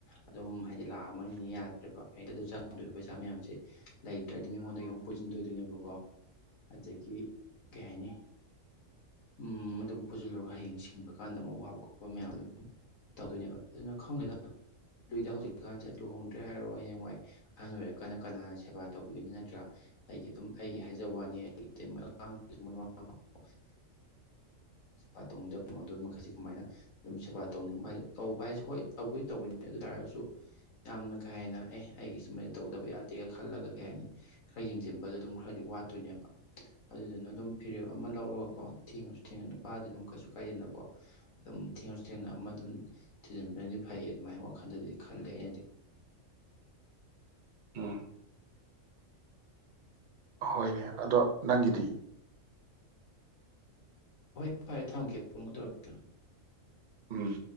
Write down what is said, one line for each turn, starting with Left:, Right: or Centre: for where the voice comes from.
Left: ꯑꯗꯨꯝ ꯍꯥꯏꯗꯤ ꯂꯥꯛ ꯑꯝꯃ ꯅꯤꯅ ꯌꯥꯗ꯭ꯔꯦꯕ ꯍꯛꯇ ꯑꯗꯨ ꯆꯪꯗꯣꯏꯕ ꯄꯩꯁꯥ ꯃꯌꯥꯝꯁꯦ ꯂꯩꯇ꯭ꯔꯗꯤ ꯃꯤꯉꯣꯟꯗꯒꯤ ꯑꯃꯨꯛ ꯄꯨ ꯄꯨꯁꯤꯟꯗꯣꯗꯣꯏꯅꯦꯕꯀꯣ ꯑꯗꯒꯩ ꯀꯩ ꯍꯥꯏꯅꯤ ꯎꯝ ꯑꯗꯨꯝ ꯄꯨꯁꯤꯜꯂꯨꯔꯒ ꯍꯌꯦꯡ ꯁꯤꯡꯕ ꯀꯥꯟꯗ ꯑꯃꯨꯛ ꯋꯥꯕ ꯈꯣꯠꯄ ꯃꯌꯥꯝ ꯑꯗꯨꯝ ꯇꯧꯗꯣꯏꯅꯦꯕ ꯑꯗꯨꯅ ꯈꯪꯗꯦꯗ ꯂꯧꯎꯗ ꯍꯧꯖꯤꯛꯀꯥꯟꯁꯦ ꯂꯨꯍꯣꯡꯗ꯭ꯔꯦ ꯍꯥꯏꯔꯣ ꯍꯌꯦꯡꯋꯥꯏ ꯑꯍꯟ ꯑꯣꯏꯔꯀꯥꯟꯗ ꯀꯅꯥꯅ ꯁꯦꯕꯥ ꯇꯧꯕꯤꯅꯤ ꯅꯠꯇ꯭ꯔꯥ ꯑꯩꯒꯤ ꯑꯗꯨꯝ ꯑꯩꯒꯤ ꯍꯥꯏꯖꯕ ꯋꯥꯅꯤ ꯑꯩ <unintelligible>
Right: <inaudible>
Left: ꯁꯦꯕꯥ ꯇꯧꯅꯤꯡꯗꯕ ꯃꯗꯨ ꯃꯈꯩꯁꯤ ꯀꯃꯥꯏꯅ ꯑꯗꯨꯝ ꯁꯦꯕꯥ ꯇꯧꯅꯤꯡꯕ ꯍꯥꯏ ꯇꯧꯕ ꯍꯥꯏꯁꯦ ꯍꯣꯏ ꯇꯧꯕꯨꯗꯤ ꯇꯧꯋꯦ ꯑꯗꯨ ꯇꯔꯒꯁꯨ ꯌꯥꯝꯅ ꯀꯩ ꯍꯥꯏꯅ ꯑꯦ ꯑꯩꯒꯤ ꯁꯨꯃꯥꯏꯅ ꯇꯧꯗꯕ ꯌꯥꯗꯦ ꯈꯜꯂꯒ ꯀꯩ ꯍꯥꯏꯅꯤ ꯌꯦꯡꯁꯤꯟꯕꯗꯣ ꯑꯗꯨꯝ ꯈꯔꯗꯤ ꯋꯥꯠꯇꯣꯏꯅꯦꯕ ꯑꯗꯨꯗꯨꯅ ꯑꯗꯨꯝ ꯐꯤꯔꯦꯞ ꯑꯃ ꯂꯧꯔꯒꯀꯣ ꯊꯦꯡꯉꯁꯨ ꯊꯦꯡꯅ ꯅꯨꯄꯥꯗꯤ ꯑꯗꯨꯝ ꯀꯩꯁꯨ ꯀꯥꯏꯗꯦꯅꯀꯣ ꯑꯗꯨꯝ ꯊꯦꯡꯉꯁꯨ ꯊꯦꯡꯅ ꯑꯃ ꯑꯗꯨꯝ ꯊꯤꯖꯤꯟꯕꯅ ꯐꯩꯌꯦ ꯑꯗꯨꯃꯥꯏꯅ ꯋꯥꯈꯜꯗꯗꯤ ꯈꯜꯂꯦ ꯑꯩꯅꯗꯤ
Right: ꯎꯝ ꯍꯣꯏꯅꯦ ꯑꯗꯣ ꯅꯪꯒꯤꯗꯤ
Left: ꯍꯣꯏ ꯐꯔꯦ ꯊꯝꯃꯒꯦ ꯑꯃꯨꯛ ꯇꯧꯔꯛꯀꯦ
Right: ꯎꯝ